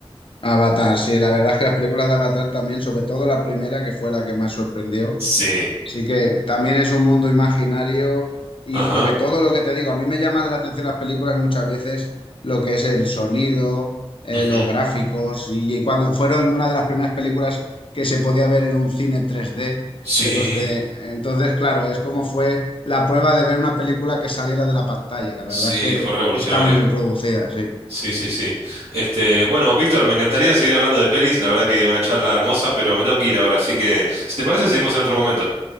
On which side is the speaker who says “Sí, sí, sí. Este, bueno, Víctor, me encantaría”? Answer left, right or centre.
Right